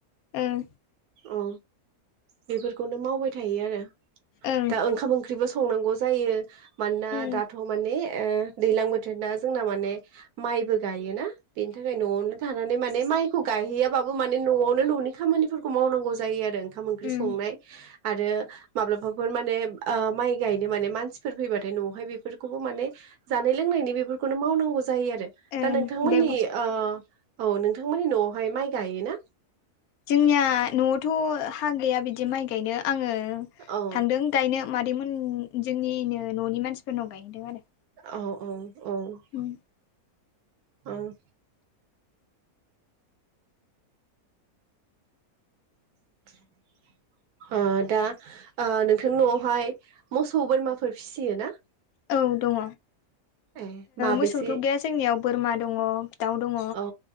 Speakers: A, on the left; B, on the right.
A: ओं
B: औ। बेफोरखौनो मावबाय थायो आरो।
A: ओं
B: दा ओंखाम ओंख्रिबो संनांगौ जायो मानोना
A: उम
B: दाथ' माने दैलां बोथोर ना। जोंना माने माइबो गायोना बेनि बेनि थाखाय न'आवनो थानानै माने माइखौ गायहैयाबाबो माने न'आवनो न'नि खामानिफोरखौ मावनांगौ जायो आरो। ओंखाम ओंख्रि
A: उम
B: संनाय आरो माब्लाबाफोर माने माइ गायनो माने मानसिफोर फैबाथाय न'आवहाय बेफोरखौबो माने। जानाय लोंनायनि बेफोरखौनो मावनांगौ। जायो आरो
A: ओं
B: दा नोंथांमोननि
A: बे बुस
B: औ नोंथांनि न'आवहाय माइ गायोना?
A: जोंनिया न'आवथ' हा गैया बिदि माइ गायनो। आङो
B: औ
A: थांदों गायनो मादैमोन जोंनिनो न'नि मानसिफोरनाव गायदों आरो।
B: औ औ औ
A: उम
B: औ। <inaudible> दा नोंथांनि न'आवहाय मोसौ बोरमाफोर फिसियो ना?
A: औ दङ
B: ए माबेसे
A: मोसौथ' गैया जोंनियाव बोरमा दङ दाउ दङ
B: औ